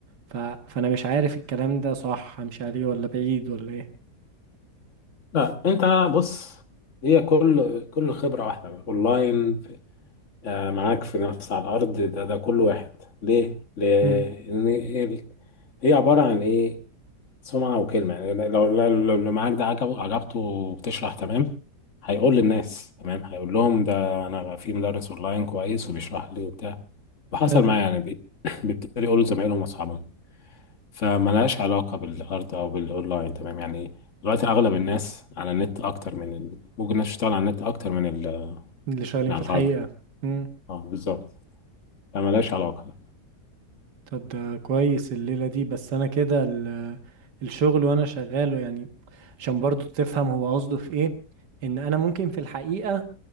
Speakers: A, on the right; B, on the left.
A: ف... فانا مش عارف الكلام ده صح همشي عليه ولا بعيد ولا ايه
B: لا انت بص هي كل كل خبرة واحدة اونلاين آه، معاك في نفس على الارض ده ده كل واحد ليه؟ لان
A: امم
B: ال- هي عبارة عن ايه؟ سمعة وكلمة يعني لو لو لو اللي معاك ده عجب عجبته وبتشرح تمام هيقول للناس تمام هيقول لهم ده أنا في مدرس أونلاين كويس وبيشرح لي وبتاع وحصل
A: حلو
B: معايا يعني بي- <clears throat> بيبتدي يقولوا لزمايلهم وأصحابهم فملهاش علاقة بالأرض أو بالأونلاين تمام يعني دلوقتي أغلب الناس على النت أكتر من ال... ممكن الناس تشتغل على النت أكتر من, ال...
A: اللي شغالين
B: من على
A: في الحقيقة
B: الأرض
A: امم
B: أه بالظبط فملهاش علاقة
A: طب ده كويس الليلة دي بس انا كده ال... الشغل وانا شغاله يعني عشان برضو تفهم هو قصده في ايه ان انا ممكن في الحقيقة